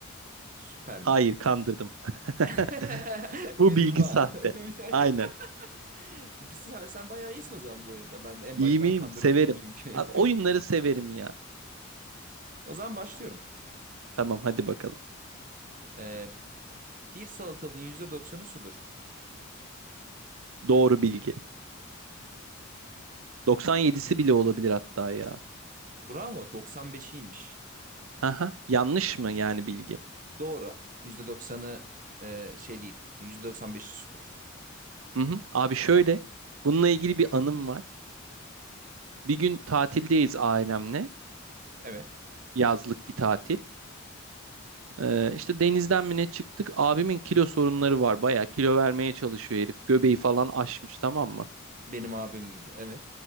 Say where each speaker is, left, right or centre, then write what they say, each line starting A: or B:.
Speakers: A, on the right (about 40°); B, on the right (about 80°).
A: Süpermiş.
B: Hayır kandırdım. <laughs>
A: <laughs> Uydurma.
B: Bu bilgi sahte.
A: <laughs>
B: Aynen.
A: <laughs> Sen, sen bayağı iyisin o zaman bu oyunda. Ben en
B: İyi
A: baştan
B: miyim?
A: kandırıldım
B: Severim.
A: çünkü.
B: Abi, oyunları
A: <laughs>
B: severim ya.
A: O zaman başlıyorum.
B: Tamam hadi bakalım.
A: Ee, bir salatalığın yüzde doksanı sudur.
B: Doğru bilgi. 97'si bile olabilir hatta ya.
A: Bravo, 95'iymiş.
B: Aha, yanlış mı yani bilgi?
A: Doğru. %90'ı e, şey değil. %95'i sudur.
B: Hı hı. Abi şöyle, bununla ilgili bir
A: Hı
B: anım
A: hı.
B: var. Bir gün tatildeyiz ailemle,
A: Evet.
B: yazlık bir tatil. Ee, işte denizden mi ne çıktık? Abimin kilo sorunları var. Bayağı kilo vermeye çalışıyor herif. Göbeği falan aşmış tamam mı?
A: Benim abim gibi. Evet.